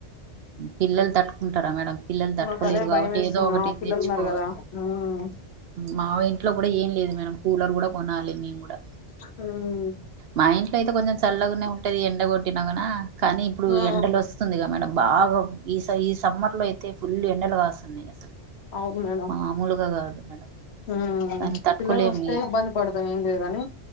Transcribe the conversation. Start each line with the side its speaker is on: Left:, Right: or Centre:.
Right: పిల్లలు తట్టుకుంటారా మేడం పిల్లలు తట్టుకోలేరు
Left: మాకు అదే
Right: కాబట్టి
Left: భయం వేస్తుంది
Right: ఏదో ఒకటి
Left: ఆ పిల్లలు
Right: తెచ్చుకోవాలి
Left: ఉన్నారు కదా మ్మ్
Right: మా ఇంట్లో కూడా ఏం లేదు మేడం కూలర్ కూడా కొనాలి మేము కూడా
Left: మ్మ్
Right: మా ఇ అయితే కొంచెం చల్లగానే ఉంటది ఎండ కొట్టిన గానా కానీ ఇప్పుడు
Left: ఆ
Right: ఎండలు వస్తుందిగా మేడం బాగా ఈ స ఈ సమ్మర్ లో అయితే ఫుల్ ఎండలు కాస్తున్నాయి అసలు
Left: అవును మేడం
Right: మామూలుగా కాదు మేడం
Left: ఉమ్
Right: కానీ తట్టుకోలేము
Left: పిల్లలు వస్తే
Right: ఈ-
Left: ఇబ్బంది పడతాం ఏం లేదు గని